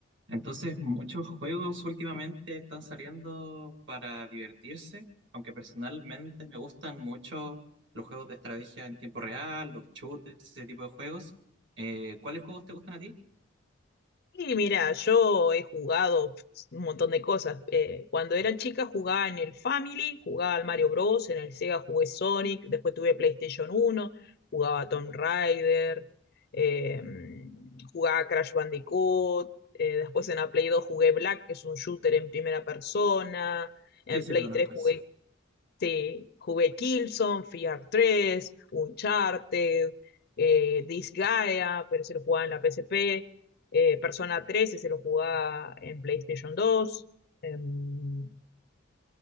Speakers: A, on the right; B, on the left.
A: Entonces, muchos juegos últimamente están saliendo para divertirse, aunque personalmente me gustan mucho los juegos de estrategia en tiempo real, los shooters, ese tipo de juegos. Eh, ¿cuáles juegos te gustan a ti?
B: Y mira, yo he jugado pues, un montón de cosas. Eh, cuando era chica jugaba en el Family, jugaba al Mario Bros, en el Sega jugué Sonic, después tuve PlayStation uno, jugaba a Tomb Raider, eh, jugaba a Crash Bandicoot, eh, después en la Play 2 jugué Black, que es un shooter en primera persona, en
A: Sí, sí,
B: Play
A: lo conozco
B: 3 jugué
A: eso.
B: este, jugué Killzone, Fear 3, Uncharted, eh, Disgaea, pero se lo jugaba en la PSP. Eh, Persona tres se lo jugaba en PlayStation 2. Eh, bueno,